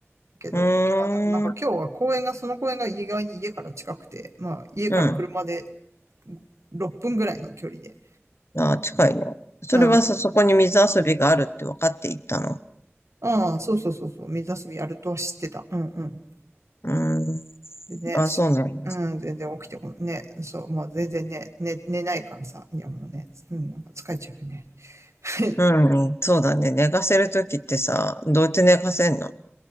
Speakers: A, on the right; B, on the left.
A: けど、
B: うん。
A: まあでもなんか今日は公園が、
B: うーん。
A: その公園が意外に家から近くて、まあ家から車で
B: うん。
A: 6分ぐらいの距離で、
B: あー、近いね。それはさ、
A: うん、あ
B: そこに水遊びがあるって分かって行ったの。
A: あ、そうそうそうそう、水遊びやるとは知ってた。うんうん。
B: うーん。
A: でね、
B: あ、そうなんです。
A: うん、全然起きてこね、そう、もう全然ね、寝、寝ないからさ、いやもうね、うん、なんか疲れちゃうよね。<laughs>
B: うんうん、そうだね。寝かせるときってさ、どうやって寝かせんの